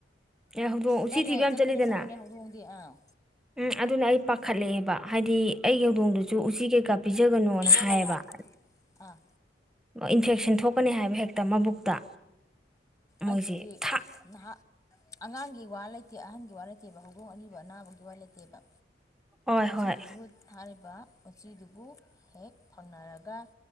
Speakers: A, in the centre; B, on the left.
A: ꯑꯦ ꯍꯧꯗꯣꯡ ꯎꯆꯤ
B: ꯆꯠꯂꯦ
A: ꯊꯤꯕ ꯌꯥꯝ
B: ꯆꯠꯄꯅꯦ
A: ꯆꯠꯂꯤꯗꯅ
B: ꯆꯠꯄꯅꯦ ꯍꯧꯗꯣꯡꯗꯤ ꯑꯥ
A: ꯎꯝ ꯑꯗꯨꯅ ꯑꯩ ꯄꯥꯈꯠꯂꯛꯑꯦꯕ ꯍꯥꯏꯗꯤ ꯑꯩꯒꯤ ꯍꯧꯗꯣꯡꯗꯨꯁꯨ ꯎꯆꯤ ꯀꯩꯀꯥ ꯄꯤꯖꯒꯅꯣꯅ
B: ꯄꯤꯖꯒꯅꯣ
A: ꯍꯥꯏꯌꯦꯕ
B: ꯑꯥ
A: ꯏꯟꯐꯦꯛꯁꯟ ꯊꯣꯛꯀꯅꯤ ꯍꯥꯏꯕ ꯍꯦꯛꯇ ꯃꯕꯨꯛꯇ ꯃꯣꯏꯁꯦ
B: ꯑꯩꯗꯤ
A: ꯊꯥꯛ
B: ꯅꯍꯥꯛ ꯑꯉꯥꯡꯒꯤ ꯋꯥ ꯂꯩꯇꯦ ꯑꯍꯟꯒꯤ ꯋꯥ ꯂꯩꯇꯦꯕ ꯍꯧꯗꯣꯡ ꯑꯅꯤꯕ ꯑꯅꯥꯕꯒꯤ ꯋꯥ ꯂꯩꯇꯦꯕ
A: ꯍꯣꯏ
B: ꯎꯆꯤꯗꯨꯕꯨ
A: ꯍꯣꯏ
B: ꯍꯥꯏꯔꯤꯕ ꯎꯆꯤꯗꯨꯕꯨ ꯍꯦꯛ ꯐꯪꯅꯔꯒ